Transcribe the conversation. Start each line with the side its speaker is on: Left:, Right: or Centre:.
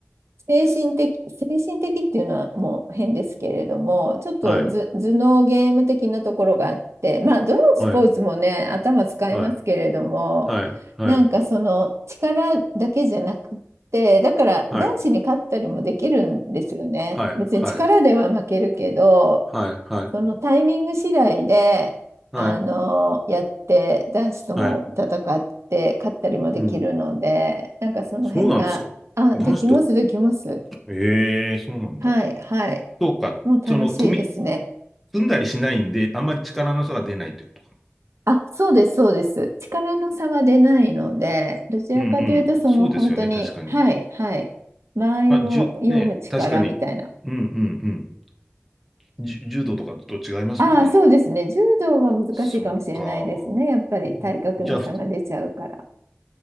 Right: 精神的、精神的っていうのはもう変ですけれども、ちょっとず頭脳ゲーム的なところがあって、
Centre: い、
Right: まあ、どのスポーツもね、
Centre: はい、
Right: 頭使いますけれども、
Centre: はい、はい、はい、
Right: なんかその力だけじゃなくて、だから男子に勝ったりもできるんですよね。
Centre: はい、はい、
Right: 別に力では負けるけど、
Centre: はい、はい、はい、はい、
Right: そのタイミング次第で、
Centre: はい、
Right: あの、やって、男子とも戦って、
Centre: はい、
Right: 勝ったりもできるので、
Centre: うん。
Right: なんかその辺が、
Centre: そうなんですか。
Right: あ、
Centre: 男子と、
Right: できます、できます。
Centre: ええ、そうなんだ。
Right: はい、はい。
Centre: そうか、
Right: もう楽しいですね。
Centre: その、組み、組んだりしないんで、あんまり力の差が出ないってことか。
Right: あ、そうです、そうです。力の差は出ないので、どちらかというと、
Centre: うんうん。
Right: その本当に、
Centre: そうですよね、確かに。
Right: はい、はい。間合いを読む力みたいな。
Centre: まあ、じゅ、ね、確かに。うんうんうん。じゅ、柔道とかと違いますもんね。
Right: ああ、そうですね。柔道は難しいかもしれないですね。
Centre: そうか。
Right: やっぱり体格の差が出ちゃうから。
Centre: じゃあ、ふ